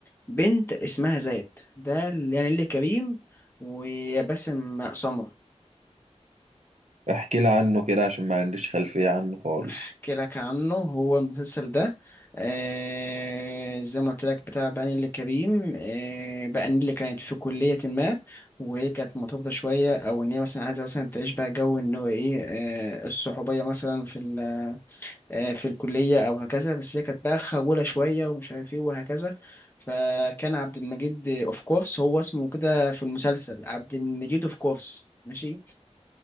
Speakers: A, on the left; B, on the right.
A: بنت اسمها زاد ده يعني اللي كريم وباسم سمرة
B: احكي لي عنه كده عشان ما عنديش خلفية عنه خالص
A: احكي لك عنه هو المسلسل ده آه زي ما قلت لك بتاع بقى نيللي كريم آه بقى نيللي كانت في كلية ما وهي كانت مرتبطة شوية أو إن هي مثلا عايزة مثلا تعيش بقى جو إن هو إيه آه الصحوبية مثلا في آه، في الكلية أو هكذا بس هي كانت بقى خجولة شوية ومش عارف إيه وهكذا فكان عبد المجيد أوف كورس هو اسمه كده في المسلسل عبد المجيد أوف كورس ماشي